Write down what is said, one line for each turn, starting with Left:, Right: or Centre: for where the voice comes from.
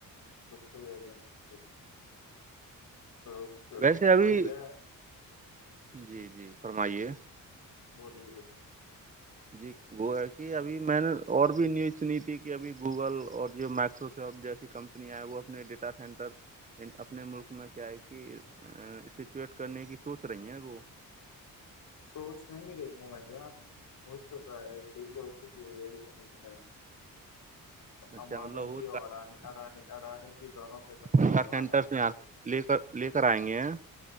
Left: بالکل بیا بالکل تو
Right: ویسے ابھی
Left: وہی ہے
Right: جی جی فرمائیے
Left: بولی بولی
Right: جی وہ ہے کہ ابھی میں نے اور بھی نیوز سنی تھی کہ ابھی گوگل اور جو مائیکروسافٹ جیسی کمپنی اپ وہ اپنے ڈیٹا سینٹر اپنے ملک میں کیا ہے کہ سچویٹ کرنے کی سوچ رہی ہیں وہ
Left: سوچ نہیں رہے بھ ہو چکا ہے ڈیل ہو چکی ہے ای میں
Right: اچھا
Left: امبانی
Right: مطلب وہ
Left: جی اور اڈانی اڈانی اڈانی جی دونوں سے
Right: ڈیٹا
Left: میں
Right: سینٹر
Left: والے ہیں اس
Right: یہاں
Left: پہ
Right: لے کر لے کر آئیں گے